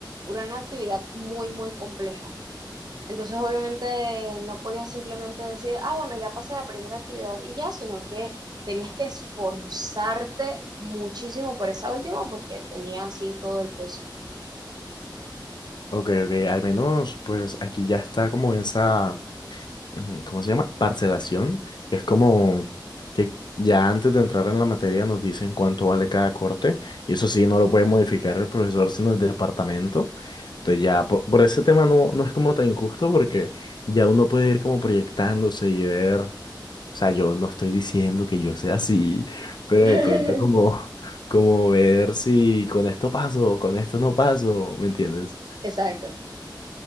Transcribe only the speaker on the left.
Ok, ok, al menos pues aquí ya está como esa, ujú, ¿cómo se llama? Parcelación, que es como que ya antes de entrar en la materia nos dicen cuánto vale cada corte, y eso sí, no lo puede modificar el profesor, sino el departamento. Entonces ya por, por ese tema no, no es como tan injusto porque ya uno puede ir como proyectándose y ver, o sea, yo no estoy diciendo que yo sea así, pero
de pronto como, como ver si con esto paso, con esto no paso, ¿me entiendes?